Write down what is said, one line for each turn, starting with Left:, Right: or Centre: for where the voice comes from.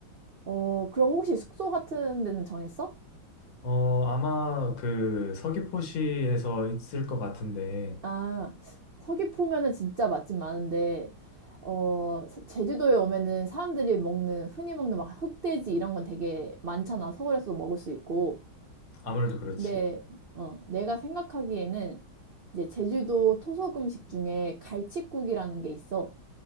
Right: 어, 그럼 혹시 숙소 같은 데는 정했어?
Left: 어, 아마 그 서귀포시에서 있을 것 같은데,
Right: 아, 서귀포면은 진짜 맛집 많은데, 어, 사- 제주도에 오면은 사람들이 먹는, 흔히 먹는 막 흑돼지 이런 건 되게 많잖아. 서울에서도 먹을 수 있고.
Left: 아무래도 그렇지.
Right: 내, 어, 내가 생각하기에는 이제 제주도 토속 음식 중에 갈치국이라는 게 있어.